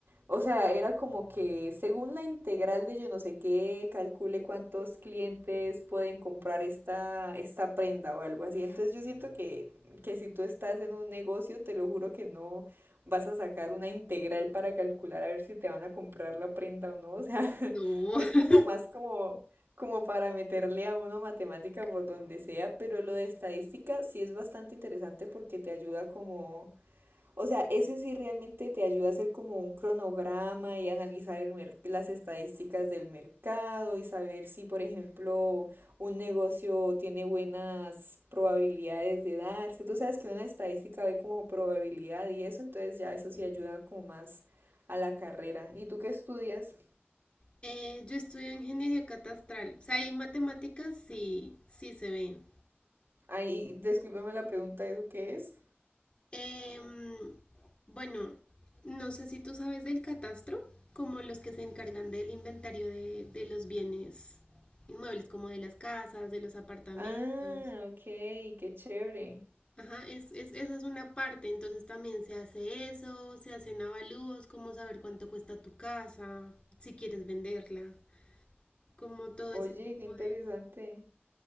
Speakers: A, on the right (about 60°); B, on the left (about 25°).
A: o sea, era como que según la integral de yo no sé qué, calcule cuántos clientes pueden comprar esta, esta prenda o algo así. Entonces, yo siento que, que si tú estás en un negocio, te lo juro que no vas a sacar una integral para calcular a ver si te van a comprar la prenda o no. O sea,
B: No.
A: <laughs> es como
B: <laughs>
A: más como, como para meterle a uno matemática por donde sea, pero lo de estadística sí es bastante interesante porque te ayuda como o sea, ese sí realmente te ayuda a hacer como un cronograma y analizar el mer- las estadísticas del mercado y saber si, por ejemplo, un negocio tiene buenas probabilidades de darse. Tú sabes que una estadística ve como probabilidad y eso, entonces ya eso
B: Sí.
A: sí ayuda como más a la carrera. ¿Y tú qué estudias?
B: Eh, yo estudio ingeniería catastral. O sea, hay matemáticas, sí, sí se ven.
A: Ay, discúlpame la pregunta, ¿eso qué es?
B: Em, bueno, no sé si tú sabes del catastro, como los que se encargan del inventario de, de los bienes inmuebles, como de las casas, de los apartamentos.
A: Ah, ok, qué chévere.
B: Ajá, es, es- esa es una parte, entonces también se hace eso, se hacen avalúos, como saber cuánto cuesta tu casa, si quieres venderla, como todo
A: Oye,
B: ese tipo
A: qué interesante.
B: de...